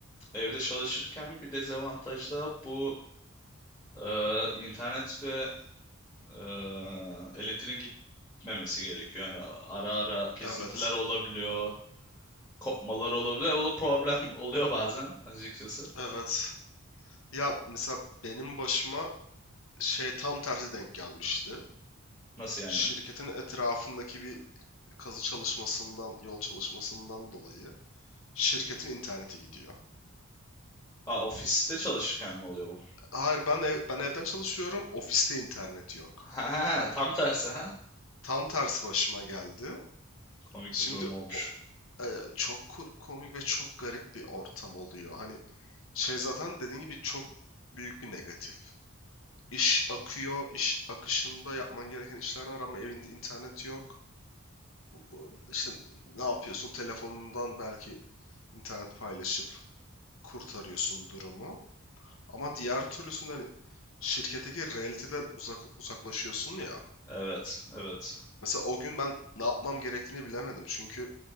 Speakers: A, on the left; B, on the left.
A: evde çalışırken bir dezavantaj da bu eee, internet ve eee elektriğin gitmemesi gerekiyor. Yani ara ara kesintiler
B: Evet.
A: olabiliyor. kopmalar olabiliyor. O da problem <laughs> oluyor bazen açıkçası.
B: Evet. Ya mesela benim başıma şey tam tersi denk gelmişti.
A: Nasıl yani?
B: Şirketin etrafındaki bir kazı çalışmasından, yol çalışmasından dolayı. Şirketin interneti gidiyor.
A: Aa, ofiste çalışırken mi oluyor bu?
B: Hayır ben ev- ben evden çalışıyorum. Ofiste internet yok.
A: Ha, tam tersi ha.
B: Tam tersi başıma geldi.
A: Komik
B: Şimdi
A: bir durum olmuş.
B: o- e, çok kur- komik ve çok garip bir ortam oluyor. Hani şey zaten dediğin gibi çok büyük bir negatif. İş akıyor, iş akışında yapman gereken işler var ama evinde internet yok. Bu- bu- İşte ne yapıyorsun? Telefonundan belki internet paylaşıp kurtarıyorsun durumu. Ama diğer türlüsünde hani şirketteki realiteden uzak, uzaklaşıyorsun ya.
A: Evet, evet.
B: Mesela o gün ben ne yapmam gerektiğini bilemedim. Çünkü